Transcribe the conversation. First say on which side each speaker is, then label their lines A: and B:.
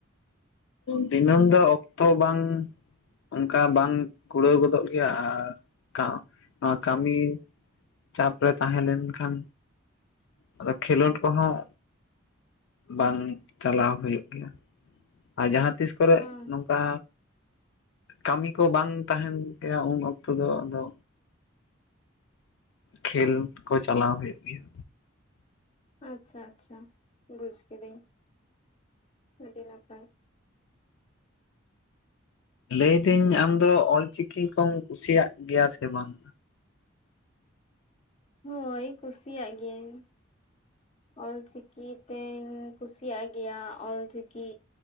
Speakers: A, on the left; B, on the left.
A: ᱫᱤᱱᱟᱹᱢ ᱫᱚ ᱚᱠᱛᱚ ᱵᱟᱝ ᱚᱱᱠᱟ ᱵᱟᱝ ᱠᱩᱲᱟᱹᱣ ᱜᱚᱫᱚᱜ ᱜᱮᱭᱟ ᱟᱨ ᱱᱚᱣᱟ ᱠᱟᱢᱤ ᱪᱟᱯᱨᱮ ᱛᱟᱸᱦᱮᱸ ᱞᱮᱱᱠᱷᱟᱱ ᱟᱫᱚ ᱠᱷᱮᱞᱚᱰ ᱠᱚᱸᱦᱚᱸ ᱵᱟᱝ ᱪᱟᱞᱟᱣ ᱦᱩᱭᱩᱜ ᱜᱮᱭᱟ ᱟᱨ ᱡᱟᱸᱦᱟᱸ ᱛᱤᱥ ᱠᱚᱨᱮᱜ
B: ᱚᱸ
A: ᱱᱚᱝᱠᱟ ᱠᱟᱢᱤ ᱠᱚ ᱵᱟᱝ ᱛᱟᱦᱮᱱ ᱜᱮᱭᱟ ᱩᱱ ᱚᱠᱛᱚ ᱫᱚ ᱟᱫᱚ ᱠᱷᱮᱞ ᱠᱚ ᱪᱟᱞᱟᱣ ᱦᱳᱭᱳᱜ ᱜᱮᱭᱟ
B: ᱟᱪᱪᱷᱟ ᱟᱪᱪᱷᱟ ᱵᱩᱡᱽ ᱠᱤᱫᱟᱹᱧ ᱟᱹᱰᱤ ᱱᱟᱯᱟᱭ
A: ᱞᱟᱹᱭ ᱫᱟᱹᱧ ᱟᱢᱫᱚ ᱚᱞᱪᱤᱠᱤ ᱠᱚᱢ ᱠᱩᱥᱤᱭᱟᱜ ᱜᱮᱭᱟ ᱥᱮ ᱵᱟᱝ
B: ᱦᱳᱭ ᱠᱩᱥᱤᱭᱟᱜ ᱜᱤᱭᱟᱹᱧ ᱚᱞᱪᱤᱠᱤ ᱛᱮᱧ ᱠᱩᱥᱤᱭᱟᱜ ᱜᱮᱭᱟ ᱚᱞᱪᱤᱠᱤ